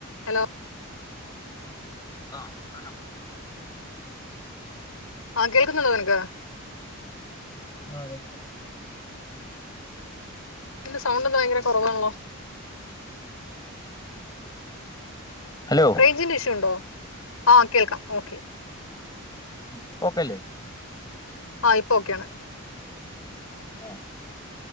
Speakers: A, on the left; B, on the left.
A: Hello
B: ആഹ് പറഞ്ഞോ.
A: ആഹ് കേൾക്കുന്നുണ്ടോ നിനക്ക്?
B: ആഹ് കേക്ന്നുണ്ട്.
A: നിന്റെ സൗണ്ട് എന്താ ഭയങ്കര കൊറവാണല്ലോ.
B: ഹലോ
A: റേഞ്ചിൻ്റെ ഇഷ്യൂ ഉണ്ടോ? ആഹ് കേൾക്കാം ഓക്കേ.
B: ഇപ്പോ ഓക്കെല്ലേ?
A: ആഹ് ഇപ്പൊ ഓക്കെയാണ്.
B: ആഹ്